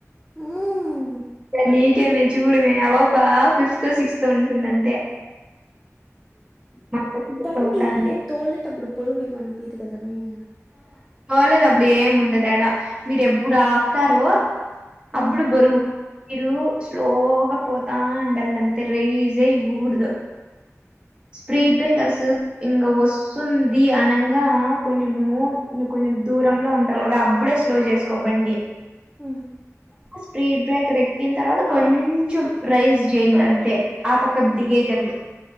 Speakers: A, in the centre; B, on the right.
A: మ్మ్
B: నీకెమే చూడుమే అ పాప ఫిఫ్త్ తో సిక్స్త్ తో ఉంటుంది అంతే మా బండిలో
A: బండి
B: తోలుతాంది
A: తోలేటప్పుడు బరువు ఏమనిపిదు కదా మియా
B: కలేదు అప్పుడు ఏం ఉండదు అడా మీరు ఎప్పుడు ఆపుతారో
A: హ్మ్
B: అప్పుడు బరువు మీరు స్లోగా పోతా ఉండలా అంతే రైజె ఇవ్వకూడదు స్పీడ్
A: హ్మ్
B: బ్రేకర్స్ ఇంగ వస్తుంది అనంగా కొంచం మో
A: హ్మ్
B: ఇ కొంచం దూరంలో ఉంటాం కదా అప్పుడే స్లో చేసుకోబండి
A: ఆ
B: స్పీడ్ బ్రేకర్ ఎక్కిన తర్వాత కొంచెం రైస్ చెయ్యలి అంతే ఆ పక్క
A: హ్మ్
B: దిగే కది